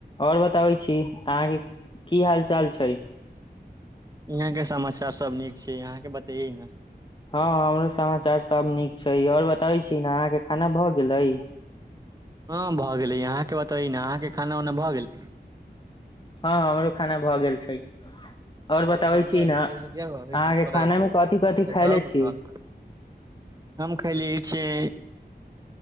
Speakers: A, on the left; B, on the right.
A: और बताबै छी अहाँ के की हाल चाल छै
B: यहाँ के समाचार सब नीक छै अहाँ के बतैये न
A: हँ हमरो समाचार सब नीक छै आओर बताबै छी ने अहाँके खाना भऽ गेलै
B: हँ भऽ गेलै अहाँके बतबेहि न अहाँके खाना उना भऽ गेल
A: हँ हमरो खाना भऽ गेल छै आओर
B: ह ब
A: बताबै
B: <unintelligible>
A: छी ने अहाँके खाना मे कथि कथि खायले छी
B: हम खेलिय छियें